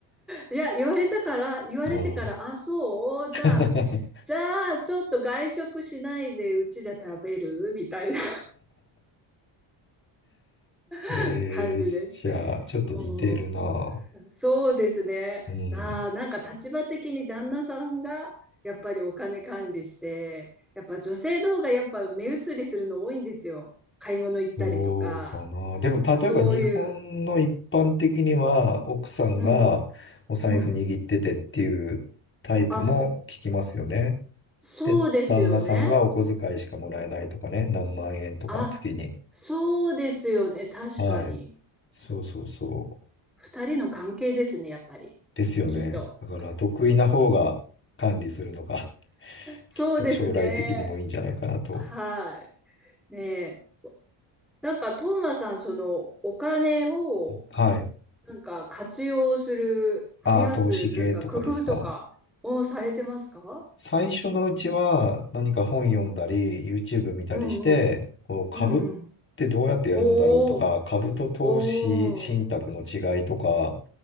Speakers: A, in the centre; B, on the left.
A: いや、言われたから、言われてから、
B: うん。
A: あ、そうじゃあ、
B: <laughs>
A: じゃあ、ちょっと外食しないでうちで食べるみたいな
B: えー、
A: <laughs> 感じです。
B: じゃあ、ちょっと似てるな。
A: うんそうですね。
B: うん。
A: ああ、なんか立場的に旦那さんがやっぱりお金管理して、やっぱ女性の方がやっぱ目移りするの多いんですよ。買い物行ったりとか、
B: そうかな。でも、例えば日本の一般的には、
A: そういう。
B: 奥さんがお財布握っててっていうタイプも聞きますよね。
A: うんうん。うん。あ、そうですよね。
B: で、旦那さんがお小遣いしかもらえないとかね、何万円とか月に。
A: あ、そうですよね。確かに。
B: はい。そうそうそう。
A: 二人の関係ですね、やっぱり。
B: ですよね。
A: きっと。
B: だから得意な方が管理するのが <laughs>
A: そうですね。
B: きっと将来的にもいいんじゃないかなと。
A: はい。ねえ。なんか、トーマさん、その、お金を
B: はい。
A: なんか活用する、増やす、
B: ああ、投資系とかですか。
A: なんか工夫とかをされてますか
B: 最初のうちは何か本読んだり、
A: うん。
B: YouTube 見たりして、
A: うんうん。
B: こう株ってどうやってやるんだろうとか、
A: うんうん。おー、
B: 株と投資信託の違いとか、
A: おー。